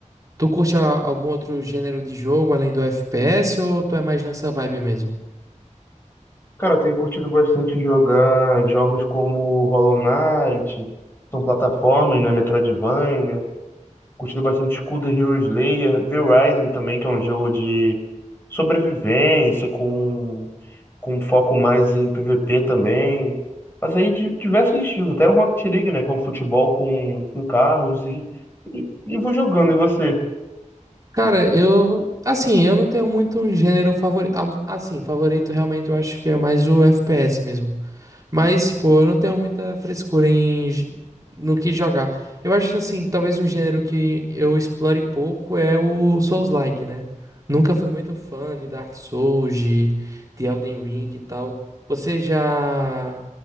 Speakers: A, on the right (about 25°); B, on the left (about 20°).
A: Tu curte a- algum outro gênero de jogo além do FPS ou tu é mais nessa vibe mesmo?
B: Cara, eu tenho curtido bastante jogar jogos como Hollow Knight, são plataformas, né? Metroidvania. Curtindo bastante School the Hero Slayer, V-Rising também, que é um jogo de sobrevivência, com, com um foco mais em PVP também. Mas aí de diversos estilos, até um Rocket League, né? Que é um futebol com, com carros e, e, e vou jogando. E você?
A: Cara, eu, assim, eu não tenho muito um gênero favorito, assim, favorito realmente eu acho que é mais o FPS mesmo. Mas, pô, eu não tenho muita frescura em j- no que jogar. Eu acho assim, que assim, talvez um gênero que eu explore pouco é o Souls-like, né? Nunca fui muito fã de Dark Souls, de, de Elden Ring e tal. Você já